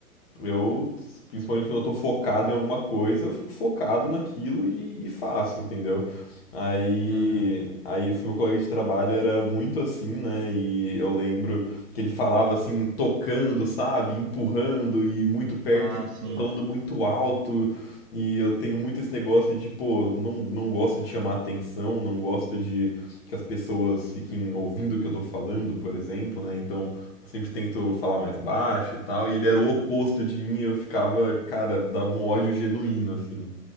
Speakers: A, on the left; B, on the right.
A: Eu, principalmente quando eu tô focado em alguma coisa, eu fico focado naquilo e, e faço, entendeu? Aí,
B: Uhum.
A: aí esse meu colega de trabalho era muito assim, né? E eu lembro que ele falava assim, tocando, sabe? Empurrando e muito perto
B: Ah,
A: e,
B: sim.
A: e falando muito alto. E eu tenho muito esse negócio de, pô, não, não gosto de chamar atenção, não gosto de que as pessoas fiquem ouvindo o que eu tô falando, por exemplo, né? Então, eu sempre tento falar mais baixo e tal, e ele era o oposto de mim, e eu ficava, cara, dava um ódio genuíno, assim.